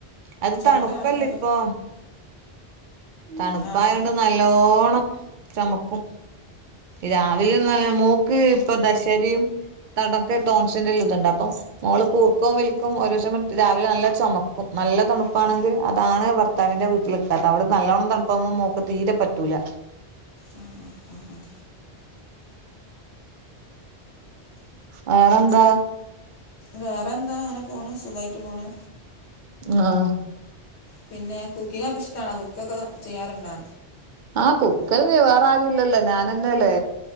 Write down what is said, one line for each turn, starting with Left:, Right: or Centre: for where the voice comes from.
Right: അത്
Left: ചുമ
Right: തണുപ്പല്ല
Left: ഒക്കെ രാത്രി നല്ല
Right: ഇപ്പൊ തണുപ്പായ
Left: ആ അതാണ്
Right: കൊണ്ട് നല്ലോണം ചമക്കും രാവിലെ നല്ല മോക്ക് ഇപ്പ ദശരയും തടൊക്കക്ക് ടോൺസിന്റെറെല്ല ഇതുണ്ട് അപ്പം മോള് പൂർക്കവും വലിക്കും ക്കും ഓരോ സമം രാവിലെ നല്ല ചുമക്കും നല്ല തണുപ്പാണെങ്കിൽ അതാണ് ഭർത്താവി്റെ വീട്ടൽ ക്കാത്ത അവിടെ നല്ലോണ്ണം തണുപ്പകുമ്പോ മോക്ക് തീരെ പറ്റൂല.
Left: ആ ആ ആ ആ
Right: വേറെന്താ?
Left: വേറെന്താ ഇങ്ങനെ പോണ് സുഖായിട്ട് പോണ്.
Right: ആഹ്
Left: പിന്നെ കുക്കിങ്ങൊക്കെ ഇഷ്ട്ടാണോ കുക്കൊക്കെ ചെയ്യാറ്ണ്ടാ?
Right: ആഹ് കുക്കറ് വാേറാരുല്ലല്ലോ ഞാനന്നെല്ലേ